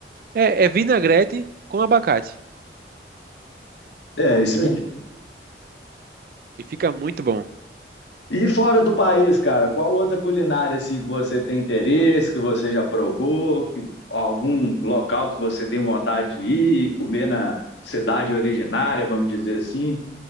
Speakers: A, on the right; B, on the left.
A: É, é vinagrete com abacate.
B: É, isso
A: E fica muito bom.
B: E fora do país, cara, qual outra culinária assim que você tem interesse, que você já provou, que algum local que você tem vontade de ir e comer na cidade originária, vamos dizer assim?